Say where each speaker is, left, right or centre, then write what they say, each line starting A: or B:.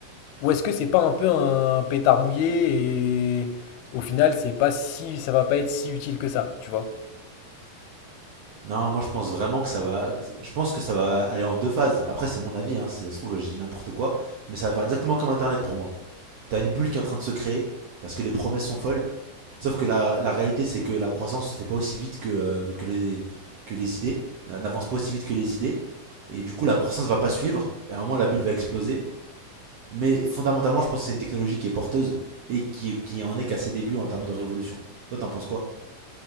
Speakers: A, on the left (about 85°); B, on the right (about 85°).
A: Ou est-ce que c'est pas un peu un pétard mouillé et au final c'est pas si ça va pas être si utile que ça, tu vois?
B: Non, moi, je pense vraiment que ça va. que- Je pense que ça va aller en deux phases. Après, c'est mon avis, hein, si ça se trouve, je dis n'importe quoi, mais ça va faire exactement comme Internet pour moi. T'as une bulle qui est en train de se créer parce que les promesses sont folles. Sauf que la, la réalité, c'est que la croissance se fait pas aussi vite que, euh, que les, que les idées, euh, n'avance pas aussi vite que les idées. Et du coup, la croissance va pas suivre. Et à un moment, la bulle va exploser. Mais fondamentalement, je pense que c'est une technologie qui est porteuse et qui, qui en est qu'à ses débuts en termes de révolution. Toi, t'en penses quoi?